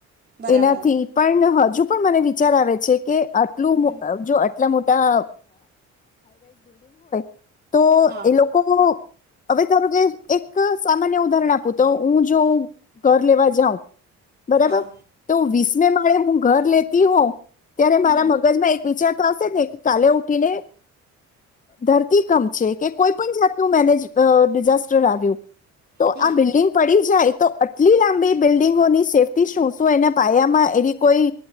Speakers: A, on the right; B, on the left.
A: બરાબર
B: એનાથી પણ હજુ પણ મને વિચાર આવે છે કે આટલું
A: હમ
B: જો આટલા મોટા <unintelligible> તો
A: હા
B: એ લોકો હવે તારું કે એક સામાન્ય ઉદાહરણ આપું તો હું જો ઘર લેવા જાઉં. બરાબર
A: હા
B: તો વીસ. મેં મારે હું ઘર લેતી હો. ત્યારે
A: હમ
B: મારા મગજ માં એક વિચાર. ને કાલે ઉઠીને ધરતી કમ છે કે કોઈ પણ જાતનું મેનેજ. અ ડિઝાસ્ટર આવ્યું. તો
A: હમ
B: આ બિલ્ડિંગ પડી જાય. તો આટલી લાંબી બિલ્ડિંગોની સેફ્ટી શું શું એના પાયામાં એવી કોઈ